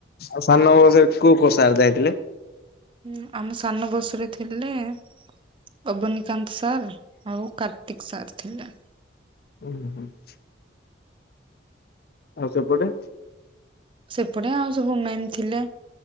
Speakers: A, on the left; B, on the right.
A: ଆଉ ସାନ ବସରେ କୋଉ କୋଉ ସାର ଯାଇଥିଲେ?
B: ହୁଁ ଆମ ସାନ ବସରେ ଥିଲେ -ଅବନୀକାନ୍ତ ସାର୍, ଆଉ କାର୍ତ୍ତିକ୍ ସାର ଥିଲା।
A: ଓୁ ହୁଁ <unintelligible> ଆଉ ସେପଟେ
B: ସେପଟେ ଆଉ ସବୁ ମେନ୍ ଥିଲେ,